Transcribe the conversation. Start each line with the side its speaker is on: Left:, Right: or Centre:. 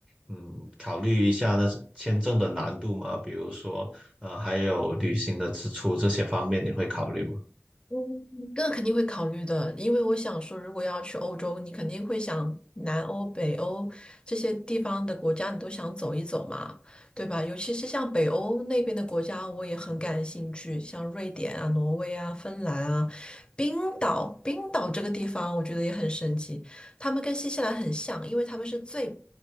Right: 嗯考虑一下那是签证的难度吗？比如说呃，还有旅行的支出这些方面，你会考虑吗？
Left: 嗯，这个肯定会考虑的，因为我想说，如果要去欧洲，你肯定会想南欧、北欧这些地方的国家，你都想走一走嘛，对吧？尤其是像北欧那边的国家，我也很感兴趣，像瑞典啊、挪威啊、芬兰啊、冰岛。冰岛这个地方，我觉得也很神奇，他们跟新西兰很像，因为他们是最